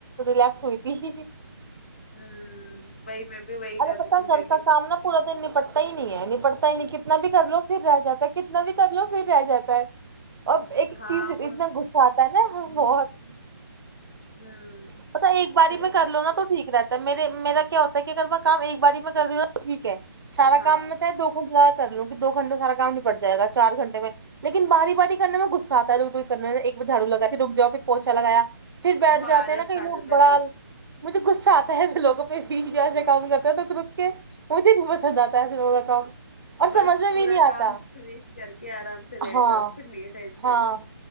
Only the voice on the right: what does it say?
رلیکس ہوئی تھی <unintelligible>
ارے پت
گتا
کام نہا پورا دن پٹتا ہی نہیں ہے ن پٹتا ہی نہیں کتنا بھی کر لو پھر رہ جاتا ہے کتنا بھی کر لو پھر رہ جاتا ہے اور ایک
چیز اتنا
غصہ نا بت
<unintelligible> پتا ایک باری
میں کر
لو نا تو ٹھیک رہتا تو میرے میرا کیا ہوتا ہے کہ اگر میں کام ایک باری میں کر رہی ہوں ٹیک ٹ ہے سارا
کام تو دو خن <unintelligible> کر لوں کہ دو گھٹے میں سارا کام نہیں پڑ جائےا چار گھنٹے میں لیکن باری باری کرنے میں گغصہ آتا ہے رک رک کرنے سے ایک ب جھاو لگا پھر رک جاؤ پھر پوچھا لایا <unintelligible> پھر بیٹھ
جاتے
ہیں نا کہئی لوگ
بڑا
مجھے غصہ آتا ہے لوگوں بھی جا سک <unintelligible> کام کرتا ہے توک رک کے توے ہی پسند جاتا ہے ایے لگ کام <unintelligible>
سمجھ میں
بھی نہیں
آتا
ہاں
ہاں